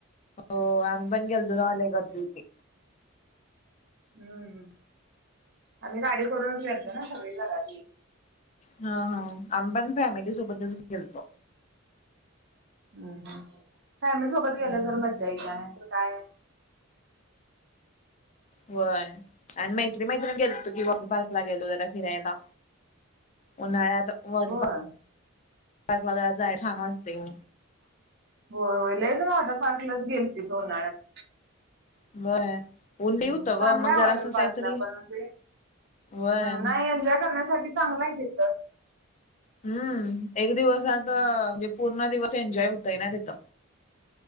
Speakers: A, on the left; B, on the right.
A: हो आम्ही पण घेलतो तवा लय गर्दी होती.
B: हम्म, आम्ही गाडी करूनच घेलतो ना सगळी घरातली.
A: हा हा आम्ही पण फॅमिली सोबतच गेलतो.
B: हम् हम्, फॅमिली सोबत
A: हम्म.
B: गेलं तर मज्जा येत्या नाही तर काय
A: होय, आणि मैत्री मैत्रिण गेलतो की वॉटर पार्कला गेलो जरा फिरायला. उन्हाळ्यात वॉटर
B: होय
A: पा, पार्क ला जरा जाय छान वाटतय म.
B: होय होय लाईजन वॉटर पार्कलाच गेलते उन्हाळ्यात.
A: <inaudible> लई
B: हम्
A: होत
B: चांगला
A: ग मग
B: आहे
A: जरा
B: वॉटर
A: असं काहीतरी
B: पार्कला पण म्हणजे
A: होय.
B: नाही एन्जॉय करण्यासाठी चांगला आहे तिथं.
A: हम्म एक दिवस
B: हम्म
A: आता म्हणजे पूर्ण दिवस एन्जॉय हुंतय ना तिथं.